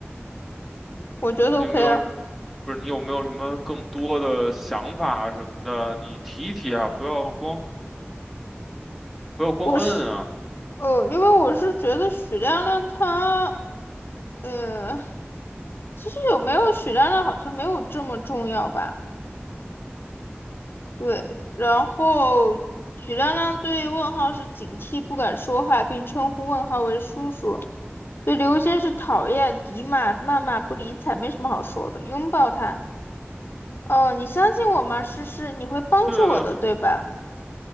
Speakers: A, on the left; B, in the centre.
A: 我觉得
B: 你有没有，
A: OK 啊。
B: 不是你有没有什么更多的想法什么的？你提一提啊，不要光不要光摁啊。
A: 我是，呃，因为我是觉得许亮亮他，呃，其实有没有许亮亮好像没有这么重要吧。对，然后许亮亮对问号是警惕，不敢说话，并称呼问号为叔叔。对刘星是讨厌、敌骂、谩骂、不理睬，没什么好说的。拥抱他，哦，你相信我吗？诗诗，你会帮助我的，
B: 对的，
A: 对吧？